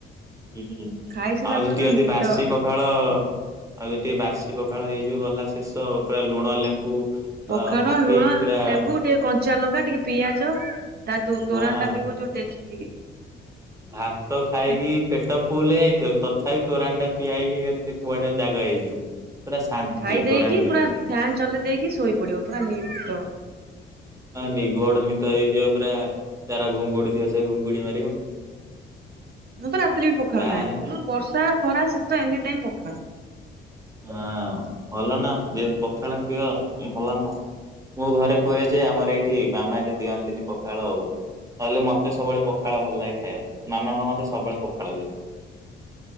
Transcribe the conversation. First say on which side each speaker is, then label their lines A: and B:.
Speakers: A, on the right (about 15°); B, on the right (about 55°).
A: ହୁଁ
B: ଖାଇସାରିଲା
A: ଆଉ ଯେତିକ
B: ପରେ ଯୋଉ
A: ଵି
B: ନିଦ।
A: ବାସି ପଖାଳ ଆଉ ଯଦି ଟିକେ ବାସି ପଖାଳ ହେଇଯିବ ଗଲା ଶେଷ, ପୁରା ଲୁଣ ଲେମ୍ବୁ
B: ପଖାଳ,
A: ଅ ପକେଇ
B: ଲୁଣ,
A: ପୁରା
B: ଲେମ୍ବୁ ଟିକେ କ କଞ୍ଚାଲଙ୍କା ଟିକେ ପିଆଜ ତା ଯୋଉ ତୋରାଣି
A: ହଁ
B: ଟା ପିଇବ ଯୋଉ ଟେଷ୍ଟି।
A: ଭାତ ଖାଇକି
B: ପୁରା
A: ପେଟ ଫୁଲ ହେଇଯାଇଥିବ ତଥାପି ତୋରାଣି ଟା ପିଆ ହେଇକି ଏକାଥରେ କୁଆଡେ ଜାଗା ହେଇଯିବ। ପୁରା ଶାନ୍ତି
B: ଖାଇ ଦେଇେକି
A: ତୋରାଣୀ ପିଇଦେଲେ
B: ପୁରା ଫ୍ୟାନ ଚଲେଇ ଦେଇକି ଶୋଇ ପଡିବ, ପୁରା ନିଦ।
A: ହ ନିଘୋଡ଼ ନିଦ ହେଇଯିବ ପୁରା ତାର ଘୁଙ୍ଗୁଡି ଥିବ ସେ ଘୁଙ୍ଗୁଡି ମାରିବ।
B: ମୁଁ ତ ରାତିରେ ବି ପଖାଳ
A: ଗାଁରେ
B: ଖାଏ, ମୁଁ ବର୍ଷା ଖରା ଶୀତ ଏନି ଟାଇମ ପଖାଳ।
A: ହଁ ଭଲ ନା ଯେ ପଖାଳ ପ୍ରିୟ ଭଲ ନା। ମୁଁ ଘରେ କୁହେ ଯେ ଆମର ଏଇଠି ମାମା ଏତେ ଦିଅନ୍ତିନି ପଖାଳ ଆଉ। ନହେଲେ ମତେ ସବୁବେଳେ ପଖାଳ ଭଲ ଲାଗେ ଖାଇବାକୁ, ମାମା କଣ ମତେ ସବୁବେଳେ ପଖା ଖାଳ, ଏୟା